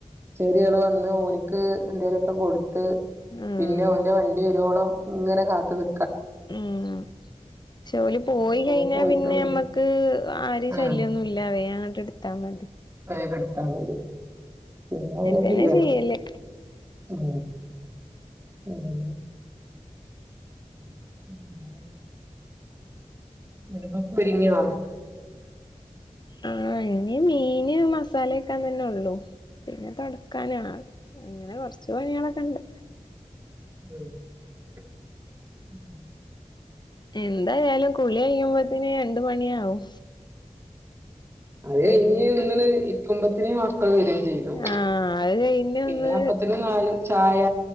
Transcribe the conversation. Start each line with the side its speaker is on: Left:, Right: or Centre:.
Right: ചെറിയാൾ വന്ന് ഓനിക്ക് എന്തേലൊക്കെ കൊട്
Left: ഉം
Right: പിന്നെ അവന്റെ വണ്ടി ഒരുവോളം ഇങ്ങനെ കാത്തു നി
Left: ഉം
Right: <inaudible>
Left: ജോലി
Right: അങ്ങനെ
Left: പോയി കഴിഞ്ഞാ
Right: ഓൻ പോയിട്ടുള്ളു
Left: പിന്നെ നമ്മക്ക് ആര്
Right: ആഹ്
Left: ശല്യൊന്നും ഇല്ല അവേ <unintelligible> അങ്ങട്ട് എടുത്താ മതി
Right: വേഗെടുത്താൽ മതി പിന്നെ അങ്ങനെ
Left: തന്നെ
Right: ചെയ്യാ
Left: ചെയ്യല്
Right: ആ ഉം ഉ <unintelligible> ഇടു പിരിങ്ങുവ <unintelligible>
Left: ആ ഇന്ന് മീന് മസാല ഒക്കാൻ തന്നെള്ളു പിന്നെന്താ ക്കാനണൾ <unintelligible> അങ്ങനെ കൊറച്ചുപണികളൊക്കെ ഉണ്ട്
Right: ഉം ഉ <unintelligible>
Left: എന്തായാലും കുളി കഴിയുമ്പോത്തന് രണ്ടു മണിയാവും
Right: അതെ
Left: അങ്ങനെ
Right: ഇ ഒന്നിന ഇക്കുമ്പത്തിനെ മാത്ര <unintelligible> ചെയ്തു
Left: ആഹ് അത് കഴിഞ്ഞ്
Right: പിന്നെ
Left: ഒന്ന്
Right: അപ്പത്തിന് നാ ചായ